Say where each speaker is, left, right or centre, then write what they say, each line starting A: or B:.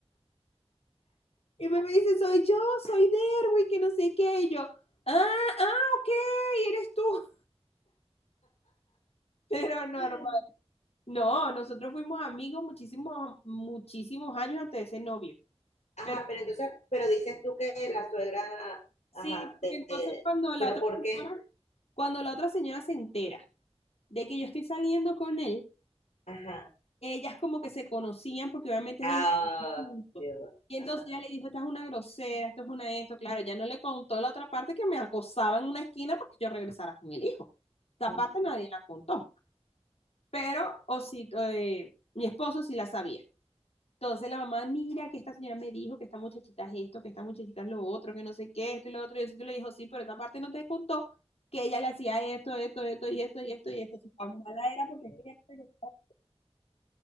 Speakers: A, on the left; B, on the left.
A: Y me dice, soy yo, soy Derwin, que no sé qué, y yo, ah, ah, ok, eres tú. Pero normal.
B: <laughs>
A: No, nosotros fuimos amigos muchísimos, muchísimos años antes de ser novio.
B: Ajá,
A: Pero
B: pero entonces, pero dices tú que la suegra,
A: sí,
B: ajá,
A: porque
B: te,
A: entonces
B: te-
A: cuando la
B: pero
A: otra
B: ¿por
A: señora,
B: qué?
A: cuando la otra señora se entera de que yo estoy saliendo con él,
B: Ajá.
A: ellas como que se conocían porque obviamente
B: Ah,
A: ellos estuvieron juntos.
B: Dios,
A: Y entonces
B: ajá.
A: ella le dijo, esta es una grosera, esto es una esto. Claro, ya no le contó la otra parte que me acosaba en una esquina porque yo regresara con el hijo. Esa
B: Ujú,
A: parte nadie la contó. Pero, o si, eh, mi esposo sí la sabía. Entonces la mamá, mira que esta señora me dijo que esta muchachita es esto, que esta muchachita es lo otro, que no sé qué, esto y lo otro. Y eso le dijo, sí, pero esta parte no te contó que ella le hacía esto, esto, esto y esto y esto y esto. Su tan mala era porque
B: ujú.
A: ella preguntó.